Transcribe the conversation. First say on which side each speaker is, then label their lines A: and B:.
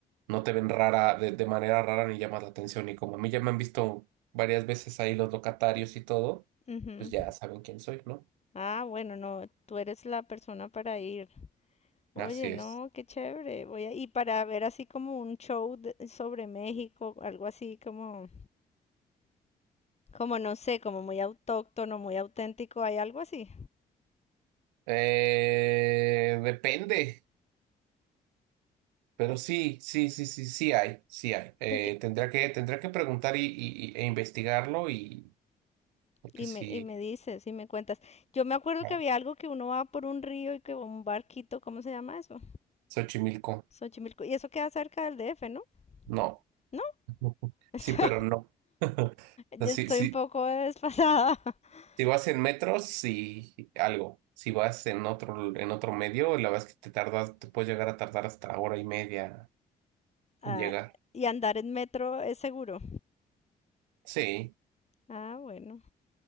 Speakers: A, on the right; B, on the left.
A: no te ven rara, de, de manera rara ni llamas la atención. Y como a mí ya me han visto varias veces ahí los locatarios y todo,
B: ujú.
A: pues ya saben quién soy, ¿no?
B: Ah, bueno, no, tú eres la persona para ir. Oye,
A: Así
B: no,
A: es.
B: qué chévere. Voy a, y para ver así como un show de- sobre México, algo así como, como no sé, como muy autóctono, muy auténtico, hay algo así.
A: Eh, depende. Pero sí, sí, sí, sí, sí hay, sí hay. Eh,
B: Porque,
A: tendría que, tendría que preguntar y, y- y- e investigarlo y porque
B: y
A: sí,
B: me, y me dices, y me cuentas. Yo me acuerdo
A: no,
B: que había algo que uno va por un río y que va un barquito, ¿cómo se llama eso?
A: Xochimilco,
B: Xochimilco. Y eso queda cerca del DF, ¿no?
A: no.
B: ¿No? <laughs>
A: <laughs>
B: Eso-
A: Sí, pero no. <laughs> O sea,
B: Yo
A: sí,
B: estoy
A: sí,
B: un poco desfasada. <laughs>
A: si vas en metros, sí, algo. Si vas en otro, en otro medio, la verdad es que te tardas, te puedes llegar a tardar hasta hora y media
B: Ah,
A: en llegar.
B: y andar en metro es seguro.
A: Sí,
B: Ah, bueno.